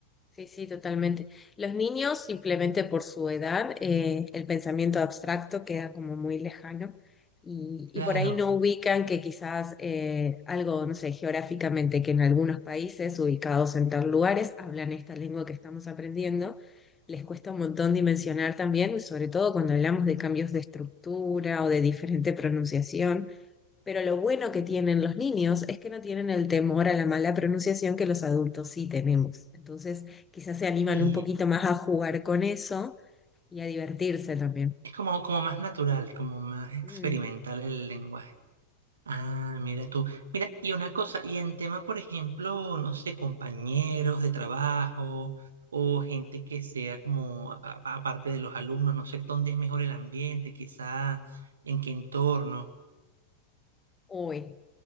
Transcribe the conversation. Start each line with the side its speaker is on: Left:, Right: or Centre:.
Left: Sí, sí, totalmente. Los niños, simplemente por su edad, eh, el pensamiento abstracto queda como muy lejano y,
Right: Claro,
Left: y por ahí no ubican que quizás eh, algo, no sé, geográficamente, que en algunos países ubicados en tal lugares hablan esta lengua que estamos aprendiendo, les cuesta un montón dimensionar también, sobre todo cuando hablamos de cambios de estructura o de diferente pronunciación. Pero lo bueno que tienen los niños es que no tienen el temor a la mala pronunciación que los adultos sí tenemos. Entonces, quizás se animan
Right: y
Left: un poquito más a jugar con eso y a divertirse también.
Right: es como, como más natural, como más experimental
Left: Mm.
Right: el lenguaje. Ah, mira
Left: Sí.
Right: tú. Mira, y una cosa, y en tema, por ejemplo, no sé, compañeros de trabajo o gente que sea como, a- a- aparte de los alumnos, no sé dónde es mejor el ambiente, quizá en qué entorno.
Left: Uy,